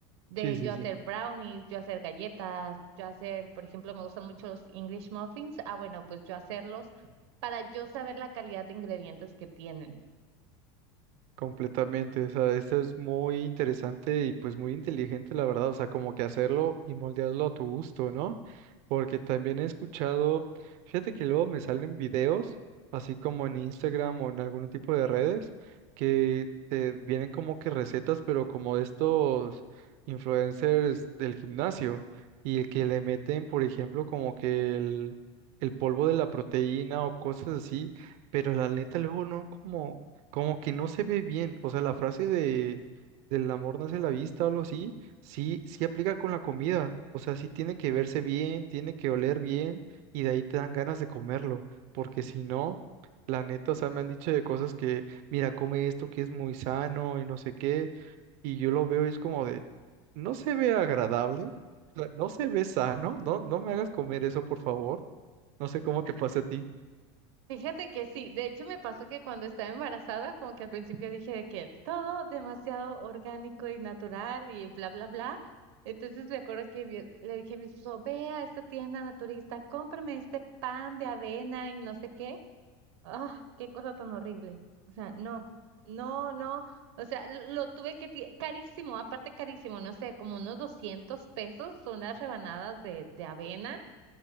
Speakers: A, on the right; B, on the right.
A: de
B: Sí, sí,
A: yo hacer
B: sí.
A: brownies, yo hacer galletas, yo hacer, por ejemplo, me gustan mucho los English muffins. Ah, bueno, pues yo hacerlos para yo saber la calidad de ingredientes que tienen.
B: Completamente, o sea, esto es muy interesante y pues muy inteligente, la verdad, o sea, como que hacerlo y moldearlo a tu gusto, ¿no? Porque también he escuchado, fíjate que luego me salen videos, así como en Instagram o en algún tipo de redes, que te vienen como que recetas, pero como de estos influencers del gimnasio, y que le meten, por ejemplo, como que el, el polvo de la proteína o cosas así, pero la neta luego no, como, como que no se ve bien. O sea, la frase de del amor nace a la vista o algo así Sí, sí aplica con la comida. O sea, sí tiene que verse bien, tiene que oler bien y de ahí te dan ganas de comerlo. Porque si no, la neta, o sea, me han dicho de cosas que, mira, come esto que es muy sano y no sé qué. Y yo lo veo y es como de, no se ve agradable, o sea, no se ve sano, no, no me hagas comer eso, por favor. No sé cómo te pasa a ti.
A: Fíjate que sí, de hecho me pasó que cuando estaba embarazada, como que al principio dije de que todo demasiado orgánico y natural y bla, bla, bla. Entonces me acuerdo que vi- le dije a mi esposo, ve a esta tienda naturista, cómprame este pan de avena y no sé qué. Ah, qué cosa tan horrible. O sea, no, no, no. O sea, lo, lo tuve que... ti- Carísimo, aparte carísimo, no sé, como unos 200 pesos son las rebanadas de, de avena